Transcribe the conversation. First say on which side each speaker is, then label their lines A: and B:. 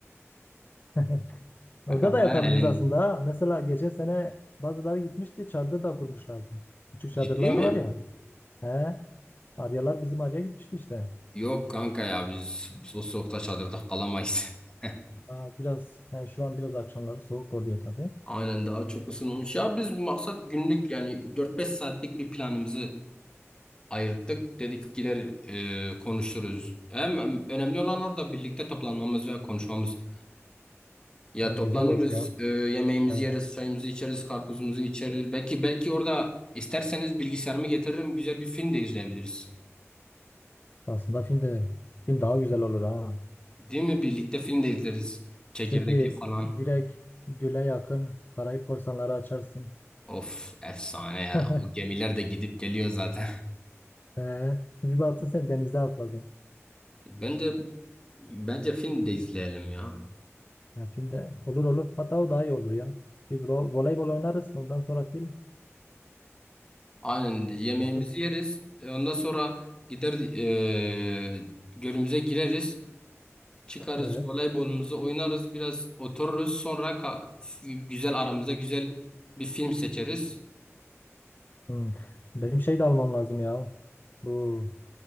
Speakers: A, on the left (about 40°); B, on the left (about 20°).
A: <laughs>
B: Kanka
A: Orada da
B: bayağı
A: yatabiliriz
B: eğlen-
A: aslında. ha. Mesela geçen sene bazıları gitmişti, çadır da kurmuşlardı. Küçük çadırlar
B: Ciddi mi?
A: var ya. He, Aryalar bizim Arya gitmişti işte.
B: Yok kanka ya biz so soğukta çadırda kalamayız. <laughs>
A: Aa, biraz he, şu an biraz akşamları soğuk oluyor tabii.
B: Aynen daha çok ısınmış. Ya biz maksat günlük yani dört beş saatlik bir planımızı ayırttık. Dedik gider e, konuşuruz. Hem önemli olan orada birlikte toplanmamız ve konuşmamız. Ya
A: Hem
B: toplanırız,
A: güzel olur ya.
B: e, yemeğimizi
A: Evet.
B: yeriz, çayımızı içeriz, karpuzumuzu içeriz. Belki belki orada isterseniz bilgisayarımı getiririm, güzel bir film de izleyebiliriz.
A: Aslında film de film daha güzel olur ha.
B: Değil mi? Birlikte film de izleriz. Çekirdekli
A: Şimdi
B: falan.
A: direkt Gül'e yakın Karayip Korsanları açarsın.
B: Of efsane ya.
A: <laughs>
B: O gemiler de gidip geliyor zaten.
A: Ee, bir baktın sen denize atladın.
B: <laughs> Bence bence film de izleyelim ya.
A: Ya filmde olur olur. Hatta o daha iyi olur ya. Bir vo- voleybol oynarız. Ondan sonra film
B: Aynen yemeğimizi
A: olur.
B: yeriz. E, Ondan sonra gider e, gölümüze gireriz. Çıkarız
A: Evet.
B: voleybolumuzu oynarız. Biraz otururuz. Sonra ka- güzel aramızda güzel bir film seçeriz.
A: Hmm. Benim şey de almam lazım ya. Bu